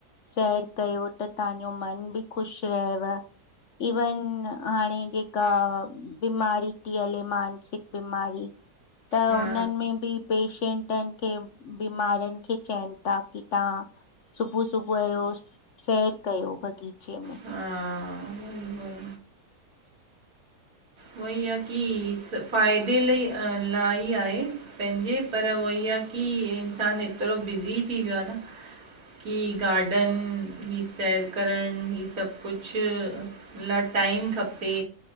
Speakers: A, on the left; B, on the right.
A: सैर कयो त तहांजो मन भी ख़ुश रहेव इवन, हाणे जेका बीमारी थी हले, मानसिक बीमारी त
B: हा
A: उन्हनि में बी पेशंटननिं खे बीमारियुनि खे चयन था की तहां सुबुह, सुबुह उहो सैर कयो बगीचे में
B: हा उहो ई आह की, फ़ाइदे लाइ लाइ आहे पंहिंजे पर उहो ई आहे की इंसान एतरो बिज़ी थी वियो आहे न की गार्डन, हीअ सैर करण, ही सभ कुछ हुन लाय टाइम खपे।